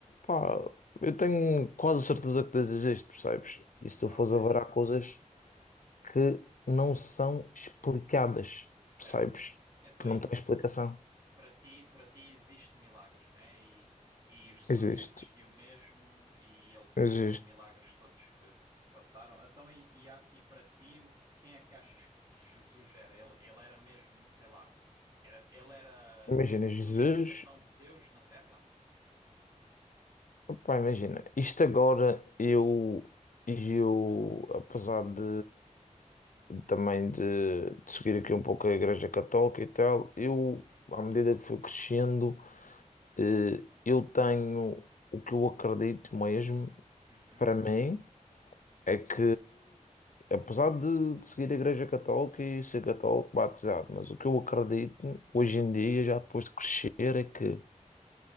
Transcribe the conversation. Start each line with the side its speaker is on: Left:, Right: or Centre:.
Left: pá, eu tenho quase certeza que Deus existe, percebes? E se tu
Right: Ok,
Left: fores a ver, há coisas que não são explicadas,
Right: certo.
Left: percebes?
Right: Então,
Left: Que
Right: e
Left: não têm explicação.
Right: Para ti, para ti existe milagres, né? E, e Jesus
Left: Existe,
Right: existiu mesmo e ele fez
Left: existe.
Right: aqueles milagres todos que, que passaram. Então, e, e, a- e para ti, o- quem é que achas que Jesus era? Ele, ele era mesmo, sei lá, era, ele era
Left: Imagina,
Right: a personificação
Left: Jesus,
Right: de Deus na Terra?
Left: pá, imagina, isto agora eu, eu apesar de também de, de seguir aqui um pouco a Igreja Católica e tal, eu,
Right: Sim.
Left: à medida que fui crescendo. Eh, Eu tenho o que eu acredito mesmo,
Right: Uhum.
Left: para mim, é que, apesar de, de seguir a Igreja Católica e ser católico batizado, mas o que eu acredito hoje em dia,
Right: Sim.
Left: já depois de crescer, é que